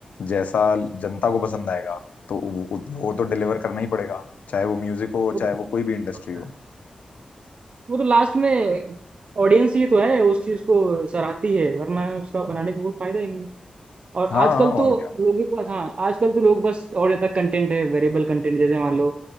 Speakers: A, on the left (about 85°); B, on the right (about 55°).
A: जैसा जनता को पसंद आएगा तो वो, वो तो डिलीवर करना ही पड़ेगा चाहे वो म्यूजिक हो
B: वो
A: चाहे
B: तो
A: वो कोई भी इंडस्ट्री
B: होता
A: हो
B: है। वो तो लास्ट में ऑडियंस ही तो है उस चीज़ को सराहती है वरना उसका बनाने का कोई फायदा ही नहीं और
A: हाँ
B: आजकल
A: हाँ,
B: तो
A: और क्या
B: लोगों के पास हाँ आजकल तो लोग बस और ज्यादा कंटेंट है वेरिएबल कंटेंट जैसे मान लो